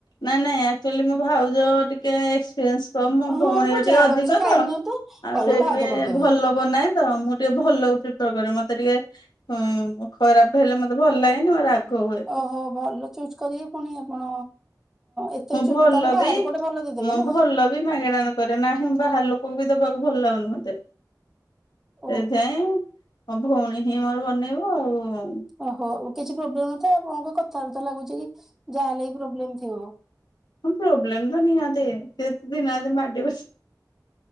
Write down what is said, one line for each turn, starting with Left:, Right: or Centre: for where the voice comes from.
Left: ନାଇଁ ନାଇଁ ଆଚୁଲି ମୋ ଭାଉଜଉ ଟିକେ କେ ଏକ୍ସପିରିନ୍ସ ହ ମୋ
Centre: ହଁ
Left: ଭଉଣୀରେ
Centre: ହଉ ପଛେ
Left: ଟିକେ
Centre: ଆରାମସେ
Left: ଅଧିକ
Centre: ଟାଇମ
Left: ତ
Centre: ନିଅନ୍ତୁ
Left: ଆଉ
Centre: କହିବ
Left: ସେ
Centre: ଭାଉଜ
Left: ଟିକେ
Centre: କରିଦେବେ
Left: ଭଲ ବନାଏ ତ ମୁଁ ଟିକେ ଭଲ ପ୍ରିଫର କରେ ମତେ। ତାର ଟିକେ ହୁଁ ଖରାପ ହେଲେ ମତେ ଭଲ ଲାଗେ <unintelligible> <unintelligible> ହୁଏ
Centre: ଓହୋ ଭଲ ଚୁଜ୍ କରିବେ ପୁଣି ଆପଣ ଏତେ
Left: ମୁଁ
Centre: ଚୁ
Left: ଭଲ
Centre: ତାହେଲେ ବାହାରେ
Left: ବି
Centre: ଗୋଟେ ଭଲ ଦେଇଦେବେ
Left: ମୁଁ
Centre: ନା
Left: ଭଲ ବି ମାଗେଣାରେ କରେ ନାହିଁ ବାହାର ଲୋକ <unintelligible> ଦେବାକୁ ଭଲ ଲାଗୁନି ମତେ।
Centre: ଓହୋ।
Left: ଏ ଯାଏଁ ଭଉଣୀ ହିଁ ମୋର ବନେଇବ ଆଉ
Centre: ଓହୋ ଉ କିଛି ପ୍ରୋବ୍ଲେମ ନଥାଏ ଆପଣଙ୍କୁ କଥାବାର୍ତ୍ତା ଲାଗୁଛି କି ଯାହା ହେଲେ ବି ପ୍ରୋବ୍ଲେମ ଥିବ।
Left: ପ୍ରୋବ୍ଲେମ ତ ନିହାତି ସେ ଦିନାତି ମାଡିିବସି